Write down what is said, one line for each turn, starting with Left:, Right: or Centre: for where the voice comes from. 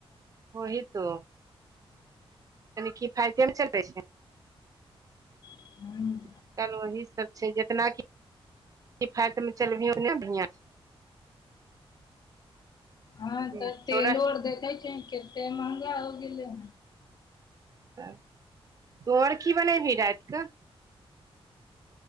Right: ओही तो तनि की फायते मे चलै छै
Left: ह
Right: आ कल ओही सब छै जतनाक किफायतमे चलबही ओन्ने बढ़िआँ छै
Left: हँ
Right: छै
Left: तऽ तेलो
Right: तोरा
Left: आर देखे छै केते महगा हो गेले
Right: त तो आर की बनैलही राइत कऽ